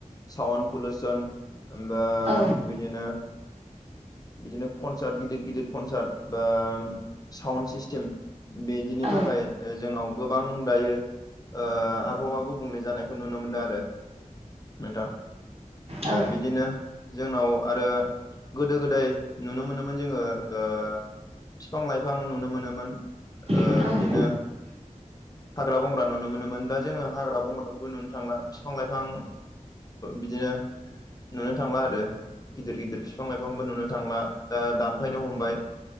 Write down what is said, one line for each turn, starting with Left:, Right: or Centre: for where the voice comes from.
Left: साउन्द पलुसन होनबा
Right: औ
Left: बिदिनो बिदिनो कनसार्ट गिदिर गिदिर कनसार्ट बा साउन्ड सिस्टेम बिदिनि
Right: औ
Left: थाखाय जोंनाव गोबां दायो आबहावा गुबुंले जानायखौ नुनो मोनदों आरो। नोंथां
Right: औ
Left: बिदिनो जोंनाव आरो गोदो गोदाय दै नुनो मोनोमोन जोङो बिफां लाइफां नुनो मोनोमोन।
Right: औ
Left: बिदिनो हाग्रा बंग्रा नुनो मोनोमोन दा जोङो हाग्रा बंग्राखौबो नुनो थांला बिफां लाइफां बिदिनो नुनो थांला आरो। गिदिर गदिर बिफां लाइफांबो नुनो थांला दा दानफायनो हमबाय